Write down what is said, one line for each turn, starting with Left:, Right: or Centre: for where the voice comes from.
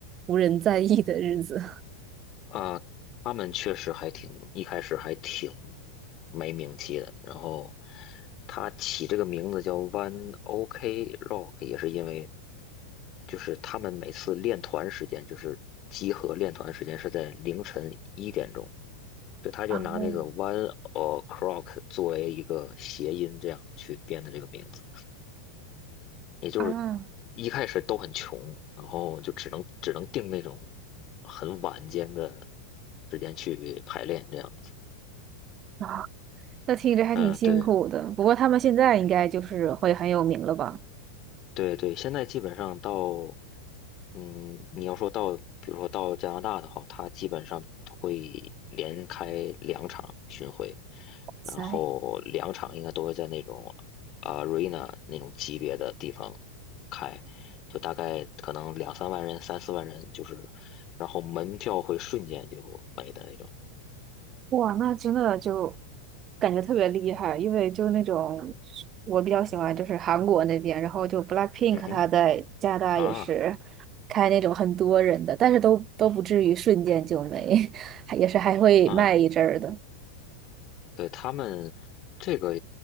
Right: 无人在意的日子？
Left: 啊，他们确实还挺，一开始还挺没名气的。然后他起这个名字叫 One OK Rock，也是因为就是他们每次练团时间，就是集合练团时间是在凌晨一点钟，就他就拿那个
Right: 哦
Left: One O'clock 作为一个谐音，这样去编的这个名字。也就是
Right: 啊
Left: 一开始都很穷，然后就只能只能定那种很晚间的时间去排练这样子。
Right: 啊，那听着还挺辛苦的。
Left: 嗯，对，
Right: 不过他们现在应该就是会很有名了吧？
Left: 对对，现在基本上到，嗯，你要说到，比如说到加拿大的话，它基本上会连开两场巡回，然后两场应该都会在那种呃
Right: 塞。
Left: arena 那种级别的地方开，就大概可能两三万人、三四万人，就是，然后门票会瞬间就没的那种。
Right: 哇，那真的就感觉特别厉害，因为就那种我比较喜欢就是韩国那边，然后就 BLACKPINK
Left: 嗯哼，
Right: 他在加拿大也是
Left: 啊
Right: 开那种很多人的，但是都都不至于瞬间就没，<laughs> 还也是还会卖一阵儿的。
Left: 啊。对，他们这个